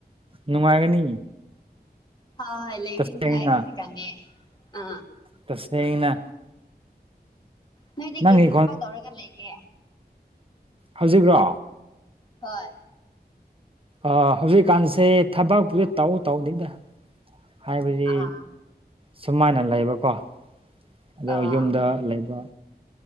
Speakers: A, on the right; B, on the left.
A: ꯅꯨꯡꯉꯥꯏꯒꯅꯤ
B: ꯍ ꯍꯣꯏ ꯂꯩꯕꯔꯤꯅꯅꯨꯡꯉ
A: ꯇꯁꯦꯡꯅ
B: ꯍꯧ ꯁꯤ ꯀꯅꯤ ꯑ
A: ꯇꯁꯦꯡꯅ
B: ꯅꯣꯏ ꯏ
A: ꯅꯪꯒꯤ
B: ꯔꯔꯤꯚꯗꯕ ꯗꯔꯒ ꯂꯩꯒꯦ
A: ꯍꯧꯖꯤꯕ꯭ꯔꯣ
B: ꯍꯣꯏ
A: ꯑ ꯍꯧꯖꯤꯛꯀꯥꯟꯁꯦ ꯊꯕꯛꯄꯨꯗꯤ ꯇꯧꯎ ꯇꯧꯅꯤꯗ ꯍꯥꯏꯕꯗꯤ
B: ꯑꯥ
A: ꯁꯨꯃꯥꯏꯅ ꯂꯩꯕꯀꯣ ꯑꯗꯣ
B: ꯑꯥ
A: ꯌꯨꯝꯗ
B: ꯑꯥ
A: ꯂꯩꯕ